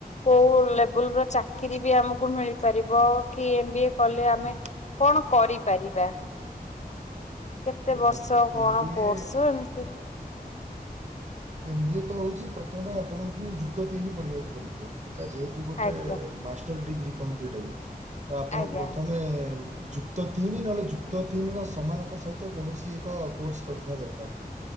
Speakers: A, on the left; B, on the right.
A: କୋଉ ଲେବୁଲର ଚାପ ଚାକିରି ବି ଆମକୁ ମିଳିପାରିବ କି ଏମ ବି ଏ କଲେ ଆମେ
B: ହୁଁ।
A: କଣ କରିପାରିବା। କେତେ
B: ଦେଖନ୍ତୁ
A: ବର୍ଷ କଣ
B: ଏମ୍ ବି
A: କୋର୍ସ
B: ଏ
A: ଏମିତି
B: ଏମ୍ ବି ଏ ତ ହଉଚି ପ୍ରଥମେ ଆପଣଙ୍କୁ ଯୁକ୍ତ ତିନି ପଢିବାକୁ ପଡିବ। ଏଟା ଯେହେତୁ ଗୋଟେ
A: ଆଜ୍ଞା
B: ମାଷ୍ଟର ଡିଗ୍ରୀ କହନ୍ତି ଏଇଟାକୁ। ତ ଆପଣ
A: ଆଜ୍ଞା
B: ପ୍ରଥମେ କ୍ତ ତିନି ନହେଲେ ଯୁକ୍ତ ତିନି ର ସମାନତା ସହିତ କୌଣସି ଏକ କୋର୍ସ କରିଥିବା ଦରକାର।